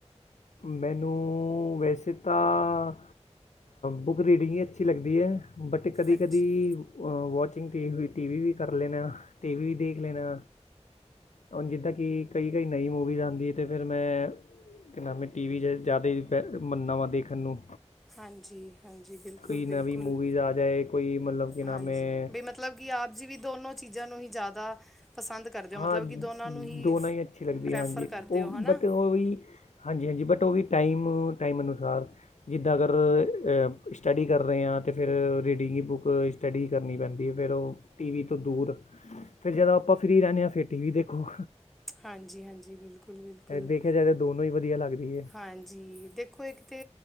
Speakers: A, on the left (about 80°); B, in the centre.
A: ਮੈਨੂੰ ਵੈਸੇ ਤਾਂ ਬੁੱਕ ਰੀਡਿੰਗ ਹੀ ਅੱਛੀ ਲੱਗਦੀ ਹੈ ਬਟ ਕਦੀ
B: ਅੱਛਾ
A: -ਕਦੀ ਵਾਚਿੰਗ ਟੀ ਵੀ ਕਰ ਲੈਣਾ ਟੀ ਵੀ ਦੇਖ ਲੈਣਾ। ਹੁਣ ਜਿੱਦਾਂ ਕਿ ਕਈ- ਕਈ ਨਵੀਂ ਮੂਵੀਜ਼ ਆਉਂਦੀ ਹੈ ਅਤੇ ਫਿਰ ਮੈਂ ਕਿ ਨਾਮ ਟੀ ਵੀ 'ਚ ਜ਼ਿਆਦਾ ਹੀ ਬੈ ਮੰਨਨਾ ਵਾਂ ਦੇਖਣ ਨੂੰ
B: ਹਾਂਜੀ ਹਾਂਜੀ ਬਿਲਕੁਲ
A: ਕੋਈ
B: ਬਿਲਕੁਲ
A: ਨਵੀਂ ਮੂਵੀਜ਼ ਆ ਜਾਏ ਕੋਈ ਮਤਲਬ ਕਿ ਨਾਮ
B: ਹਾਂਜੀ
A: ਹੈ
B: ਵੀ ਮਤਲਬ ਮਤਲਬ ਕਿ ਆਪ ਜੀ ਵੀ ਦੋਨੋ ਚੀਜ਼ਾਂ ਨੂੰ ਹੀ ਜ਼ਿਆਦਾ ਪਸੰਦ ਕਰਦੇ ਹੋ
A: ਹਾਂ
B: ਮਤਲਬ ਕਿ ਦੋਨਾਂ ਨੂੰ
A: ਦੋਨਾਂ ਹੀ ਅੱਛੀ ਲੱਗਦੀ
B: ਰੈਫਰ
A: ਹਾਂਜੀ
B: ਕਰਦੇ
A: ਉਹ
B: ਹੋ ਹੈ ਨਾ
A: ਬਟ ਉਹ ਵੀ ਹਾਂਜੀ ਹਾਂਜੀ ਬਟ ਉਹ ਵੀ ਟਾਈਮ ਟਾਈਮ ਅਨੁਸਾਰ ਜਿੱਦਾਂ ਅਗਰ ਸਟੱਡੀ ਕਰ ਰਹੇ ਹਾਂ ਤਾਂ ਫਿਰ ਰੀਡਿੰਗ ਦੀ ਬੁੱਕ ਸਟੱਡੀ ਕਰਨੀ ਪੈਂਦੀ ਹੈ ਫਿਰ ਉਹ ਟੀ ਵੀ ਤੋਂ ਦੂਰ ਫਿਰ ਜਦੋਂ ਆਪਾਂ ਫਰੀ ਰਹਿੰਦੇ ਆਂ ਫਿਰ ਟੀ ਵੀ ਦੇਖੋ।
B: ਹਾਂਜੀ- ਹਾਂਜੀ ਬਿਲਕੁਲ ਬਿਲਕੁਲ
A: ਦੇਖਿਆ ਜਾਏ ਤਾਂ ਦੋਨੋਂ ਹੀ ਵਧੀਆ ਲੱਗਦੀ ਹੈ।
B: ਹਾਂਜੀ ਦੇਖੋ ਇੱਕ ਤੇ